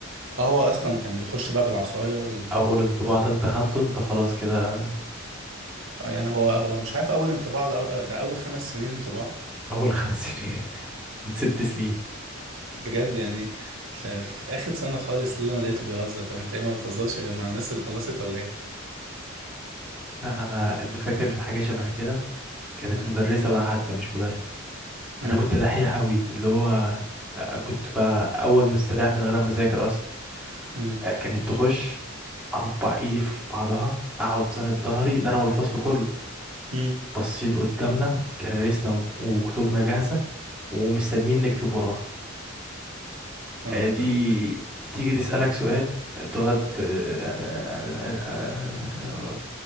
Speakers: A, on the right; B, in the centre.
A: اه هو اصلا كان بيخش بقى بالعصايه وال...
B: اول انطباع ده انت خدته انت خلاص كده
A: آه يعني هو هو مش عارف اول انطباع ولا أو... ده اول خمس سنين انطباع
B: اول خمس سنين <laughs> من ست سنين
A: بجد يعني ف- في اخر سنه خالص اللي انا لقيته بيهزر طب انت ايه ما بتهزرش غير مع الناس اللي خلصت ولا ايه
B: لا انا اللي فاكر حاجه شبه كده كانت
A: مم.
B: مدرسه بقى حتى مش مدرس
A: مم.
B: انا كنت دحيح قوي اللي هو كنت بقى اول مستريح من غير ما اذاكر اصلا
A: مم.
B: كانت تخش اربع ايدي في بعضها اقعد ساند ظهري ده انا والفصل كله
A: مم.
B: باصين قدامنا كراريسنا وكتبنا جاهزه ومستنيين نكتب وراها
A: كان
B: آه، دي
A: ت- ت- ت-
B: تيجي تسالك سؤال آه، تقعد آه، آه، آه، آه،